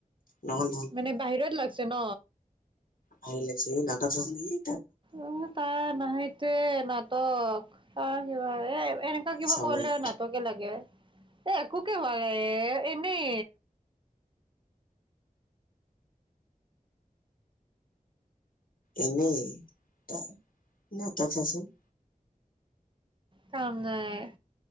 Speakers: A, on the left (about 75°); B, on the right (about 35°).
A: নহ'ল
B: মানে বাহিৰত লাগ তে ন
A: অহ লাগিছে নাটক চাইছে নেকি
B: অ তা নাহে তে নাটক অঁ কিবা এ এনেকা কিবা
A: চাব
B: কৰিলে
A: নোৱাৰে
B: অঁ নাটকে লাগে এ একো হোৱা নাই এনেই
A: এনেই তাৰ ন তাক চাচোন
B: চ নাই